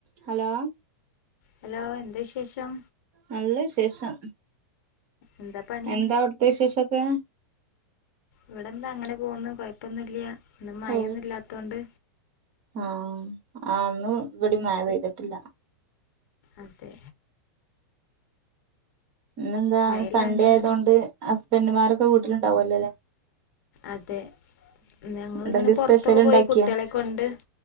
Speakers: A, on the right; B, on the left.
A: Hello
B: hello എന്ത വിശേഷം
A: നല്ല വിശേഷം
B: എന്താ പണി
A: എന്താ അവ്ട്ത്തെ വിശേഷൊക്കെ
B: ഇവിടെന്താ അങ്ങനെ പോകുന്നു കുഴപ്പൊന്നുയില്യ ഇന്ന് മഴയൊന്നും
A: ഓ
B: ഇല്ലാത്തോണ്ട്
A: ആഹ് ആന്ന് ഇവിടി മഴ പെയ്തിട്ടില്ല
B: അതെ
A: ഇന്നെന്താ
B: മഴയില്ലാഞ്ഞാ
A: സൺഡേ ആയതൊണ്ട് ഹസ്ബൻഡുമാരൊക്കെ വീട്ടിലുണ്ടാവുല്ലേലെ
B: അതെ ഞങ്ങിളിങ്ങനെ
A: ഇന്നെന്തേ
B: പുറത്തക്കേ
A: സ്പെഷ്യൽ ഇണ്ടാക്കിയോ
B: പോയി കുട്ട്യാളെ കൊണ്ട്